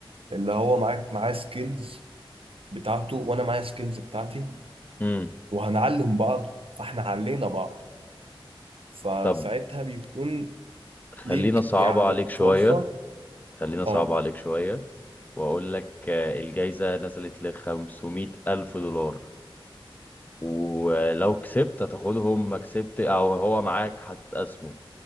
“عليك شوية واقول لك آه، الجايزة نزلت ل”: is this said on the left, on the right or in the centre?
Left